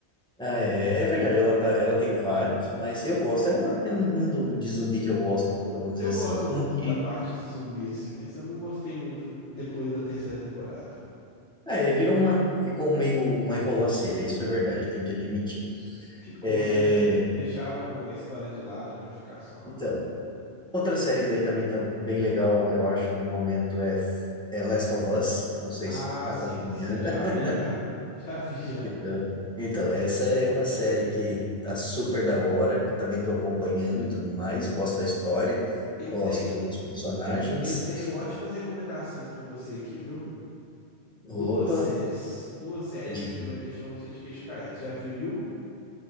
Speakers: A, in the centre; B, on the left.
A: Ah, é, é verdade, ela, tá, ela tem vários, mas eu gosto. É, uma, é um mundo de zumbi que eu gosto, vamos dizer
B: Eu
A: assim.
B: gosto
A: Uma
B: da
A: que.
B: parte zumbi, assim, mas eu não gostei muito depois da terceira temporada.
A: É, é, virou uma, ficou meio uma enrolaceira, isso é verdade, tem que admitir.
B: Ficou,
A: É,
B: né? Deixaram a história de lado pra ficar só.
A: então, outra série que daí também tá bem legal, eu acho, no momento é, é Last of Us, não sei
B: Ah,
A: se tu tá
B: sim,
A: acompanhando.
B: sim, já
A: <laughs>
B: vi já. <laughs> Já vi já.
A: Então, então, essa é uma série que tá super da hora, também tô acompanhando e tudo mais, gosto da história,
B: Eu
A: gosto
B: tenho,
A: dos personagens.
B: eu tenho ótimas recomendações pra você aqui, viu? Duas
A: Opa,
B: séries. Duas séries
A: diga.
B: que vai deixar você de queixo caído. Já viu You?